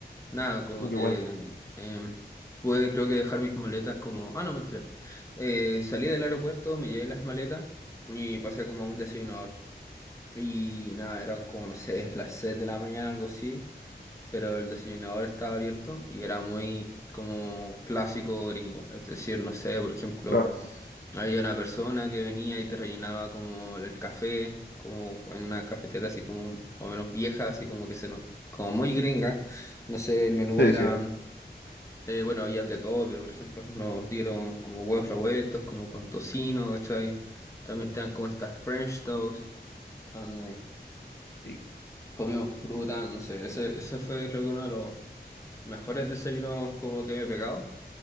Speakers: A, on the left; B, on the left.
A: Nada, como
B: Uh, qué
A: que
B: buena.
A: em, pude creo que dejar mis maletas como... Ah, no, mentira. Eh, salí del aeropuerto, me llevé las maletas y pasé como a un desayunador. Y nada, eran como, no sé, <laughs> las 6 de la mañana, algo así. pero el desayunador estaba abierto y era muy como clásico gringo. Es decir, no sé, por ejemplo,
B: Claro.
A: había una persona que venía y te rellenaba como el café, como en una cafetera así como más o menos vieja, así como que se no- como muy gringa. No sé, el menú
B: Sí,
A: era,
B: sí.
A: eh, bueno, había de todo, pero por ejemplo nos dieron como huevos revueltos, como con tocino, ¿cachai? También estaban como estas French toast. Donde
B: Rico.
A: Comimos fruta, no sé, ese, ese fue creo que uno de los mejores desayunos como que me he pegado.